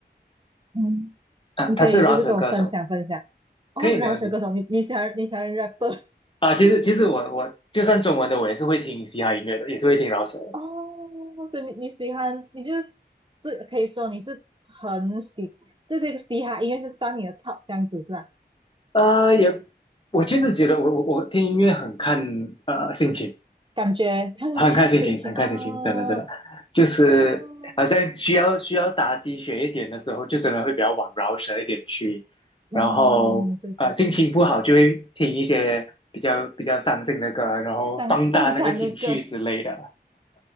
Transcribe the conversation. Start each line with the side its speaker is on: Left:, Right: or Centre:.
Right: 嗯，
Left: 啊，
Right: 你可以就是跟我分享分享。
Left: 他是饶舌歌手，
Right: 哦，
Left: 可以没问题
Right: 饶舌歌手，你你喜欢你喜欢 rapper？
Left: 啊。其实其实我我就算中文的，我也是会听嘻哈音乐的，也是会听饶舌的。
Right: 哦，所以你你喜欢，你就是最可以说你是很喜，这是嘻哈音乐是算你的 top 这样子是吧？
Left: 呃，也我其实觉得我我我听音乐很看呃心情，
Right: 感觉看看心情哦
Left: 很看心情，很看心情，真的真的，就是好像需要需要打鸡血一点的时候，
Right: 哦，
Left: 就真的会比较往饶舌一点去，
Right: 嗯，
Left: 然后呃心情不好就会听一些比较比较伤心的歌，
Right: 对对对，
Left: 然后放大那个情绪之类的。
Right: 伤伤感的歌，